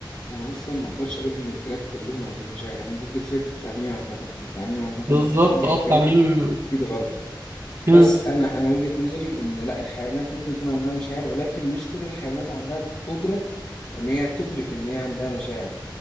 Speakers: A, on the left; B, on the right.
A: انا اصلا ما اقدرش اقول ان الكلاب كلهم عندهم مشاعر انا ضد فكره التعميم عامه ان التعميم عامه
B: بالظبط
A: في ايا
B: اه التعميم
A: كان اكيد غلط بس
B: مم.
A: انا انا وجهه نظري ان لا الحيوانات ممكن يكون عندها مشاعر ولكن مش كل الحيوانات عندها قدره ان هي تدرك ان هي عندها مشاعر